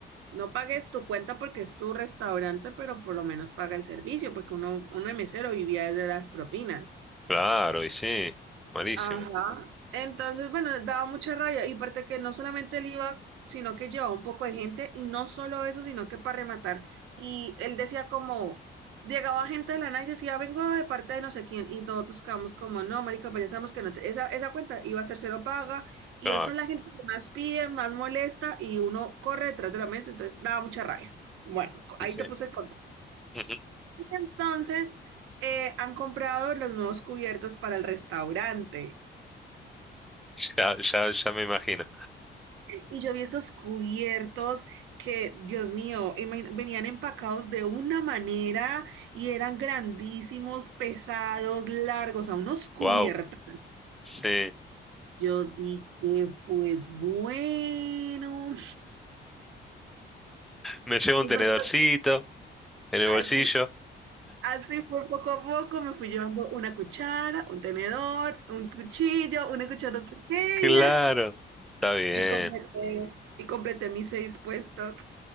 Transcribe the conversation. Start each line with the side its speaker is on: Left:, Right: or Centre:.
Right: no pagues tu cuenta porque es tu restaurante, pero por lo menos paga el servicio, porque uno, uno de mesero vivía de las propinas.
Centre: Claro, y sí. Malísimo.
Right: Ajá. Entonces, bueno, daba mucha rabia. Y aparte que no solamente él iba, sino que llevaba un poco de gente. Y no solo eso, sino que para rematar. Y él decía como, llegaba gente de la nada y decía, vengo de parte de no sé quién. Y nosotros quedamos como, no, marica, pues ya sabemos que no te- esa, esa cuenta iba a ser cero paga. Y
Centre: Claro,
Right: eso es la gente que más pide, más molesta. Y uno corre detrás de la mesa. Entonces, daba mucha rabia. Bueno, co-
Centre: y
Right: ahí
Centre: sí.
Right: te puse el contexto.
Centre: Ujú.
Right: Entonces, eh, han comprado los nuevos cubiertos para el restaurante.
Centre: Ya, ya, ya me imagino.
Right: Y yo vi esos cubiertos que, Dios mío, imagi- venían empacados de una manera y eran grandísimos, pesados, largos, a unos cubiertos.
Centre: Wow. Sí.
Right: Yo dije, pues bueno,
Centre: Me llevo
Right: <laughs>
Centre: un tenedorcito. En el
Right: así,
Centre: bolsillo.
Right: así fue poco a poco, me fui llevando una cuchara, un tenedor, un cuchillo, una cuchara pequeña
Centre: Claro. Está bien.
Right: y completé, y completé mis seis puestos.